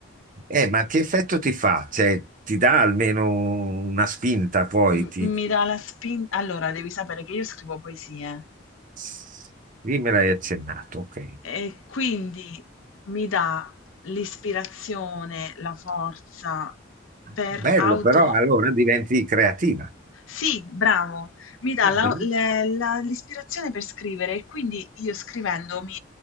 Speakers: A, on the right; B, on the left.
A: eh, ma che effetto ti fa? Cioè, ti dà almeno una spinta poi?
B: M-
A: Ti...
B: mi dà la spinta. Allora, devi sapere che io scrivo poesie
A: Sì, me l'hai accennato, ok.
B: e quindi mi dà l'ispirazione, la forza per
A: Bello,
B: auto
A: però allora diventi creativa.
B: Sì, bravo, mi dà
A: Ah,
B: la-
A: Bellissimo.
B: le- la- l'ispirazione per scrivere e quindi io scrivendo mi